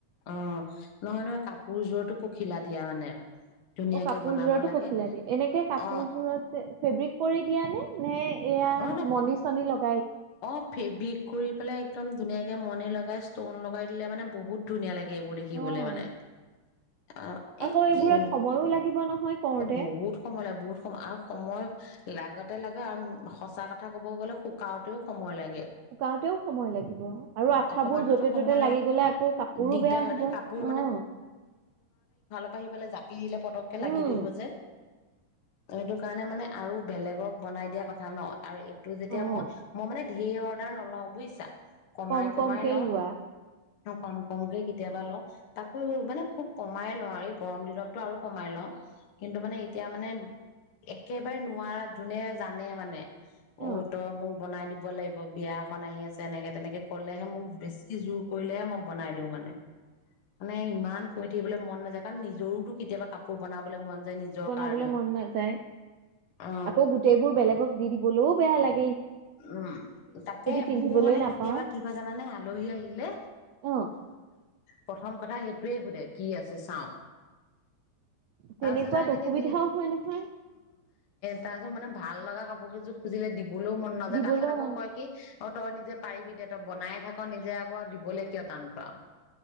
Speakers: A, on the left; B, on the right.
A: অ', নহয়-নহয় কাপোৰযোৰতো পখিলা দিয়া মানে। ধুনীয়াকে
B: অ, কাপোৰযোৰতো
A: বনাব লাগে
B: পখিলা দিয়ে, এনেকে কাপোৰযোৰত
A: অ
B: যে ফেব্ৰিক কৰি দিয়া নে, নে এয়া,
A: অ ন
B: মণি-চনী লগ
A: অ', ফেব্ৰিক কৰি পেলাই একদম ধুনীয়াকে মনি লগাই ষ্টন লগাই দিলে মানে বহুত ধুনীয়া লাগে এইবোৰ দেখিবলে
B: অ',
A: মানে। অ
B: আকৌ
A: এই
B: এইবোৰত
A: কি অ,
B: সময়ো লাগিব নহয় কৰোতে।
A: বহুত সময় লাগে বহুত সময় আৰু সময়, লাগতে লাগে আৰু সঁচা কথা ক'ব গ'লে শুকা বহু সময় লাগ
B: শুকাওতেও সময় লাগিব, আৰু আঠাবোৰ
A: অকমানতোতো
B: য'তে-ত'তে
A: সময় লাগ
B: লাগি গলে আকৌ কাপোৰো
A: দিগদাৰ
B: বেয়া
A: হয়
B: হব,
A: নে
B: অ'।
A: কাপোৰ কৰিবলৈ জাপ এৰিলে পতককে
B: উম,
A: লাগি ধৰিব যে। সেইটো কাৰণে মানে আৰু বেলেগক বনাই দিয়া কথা ন, আৰু এইটো যেতিয়া
B: অ',
A: মই মই মানে ধেৰ অৰ্ডাৰ নলওঁ বুজিছা। কমাই-কমাই
B: কম কমকেই
A: লওঁ
B: লোৱা
A: অ, কম-কমকে কেতিয়াবা লওঁ, তাকো মানে খুব কমাই লওঁ আৰু এই গৰম দিনতটো আৰু কমাই লওঁ, কিন্তু মানে এতিয়া মানে একেবাৰে নোৱাৰা যোনে জানে মানে
B: অ',
A: ঐ তই মো বনাই দিব লাগিব বিয়া এখন আহি আছে এনেকে তেনেকে ক'লেহে মোক বেছি জোৰ কৰিলেহে মই বনাই দিও মানে। মানে ইমান কৈ থাকিবলৈ মন নাযায় কাৰণ নিজৰোতো কেতিয়াবা কাপোৰ বনাবলৈ মন যায় নিজৰ
B: বনাবলৈ
A: কাৰণেও
B: মন নাযায়,
A: অ
B: আকৌ গোটেইবোৰ বেলেগক দি-দিবলৈও বেয়া লা
A: উম, তাকে
B: পিন্ধিবলৈ
A: মোৰ মানে
B: নাপাওঁ।
A: কেতিয়াবা কি হয় জানানে আলহী আহিলে
B: অ',
A: প্ৰথম কথা সেইটোৱে সোধে কি আছে চাওঁ।
B: তেনেকুৱাত
A: তাৰপিছত এনেকে
B: অসুবিধাও
A: দি,
B: হয় নহয়,
A: তাৰ পিছত মানে ভাল লগা কাপোৰ কেইযোৰ খুজিলে দিবলৈও মন নাযায়,
B: দিবলৈও
A: তাৰ পাছত আকৌ
B: মন
A: কয় কি অ, তই নিজে পাৰিবি দে তই বনায়েই থাক নিজে আকৌ দিবলৈ কিয় টান পাৱ।